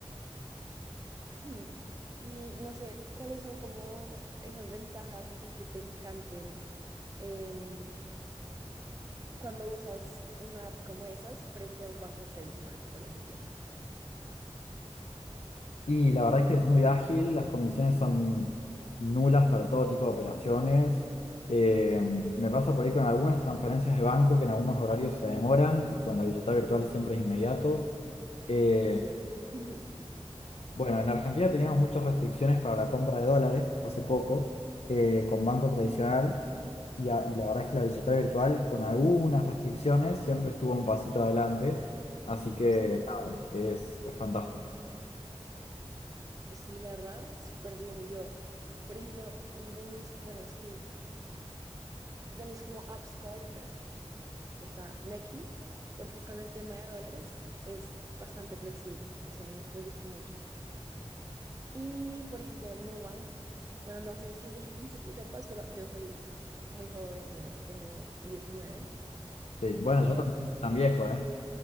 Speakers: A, on the right (about 30°); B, on the left (about 75°).
A: Hmm. Y no sé, ¿cuáles son como esas ventajas así que te encanten em, cuando usas una app como esas frente a un banco tradicional, por ejemplo?
B: Y la verdad es que es muy ágil, las comisiones son nulas para todo tipo de operaciones. Eh, me pasa por ahí con algunas transferencias de banco que en algunos horarios se demoran y con la billetera virtual siempre es inmediato. Eh,
A: Es cierto. <laughs> Sí.
B: bueno, en Argentina teníamos muchas restricciones para la compra de dólares hasta hace poco eh, con banco tradicional y, a- y la verdad es que la billetera virtual con algunas restricciones siempre estuvo un pasito adelante. Así que
A: Sí,
B: nada, es, es fantástico.
A: sí, la verdad, súper bien. Yo, por ejemplo, de mis, bueno, es que de mis como apps favoritas está Nequi, porque con el tema de dólares es bastante flexible. Eso me, me gusta mucho. Y, por ejemplo, Nubank, bueno, no sé si, <laughs> si tú sepas, pero yo soy muy joven, bueno, tengo diecinueve
B: Sí, bueno,
A: Eh,
B: yo tampoco soy tan viejo, ¿eh?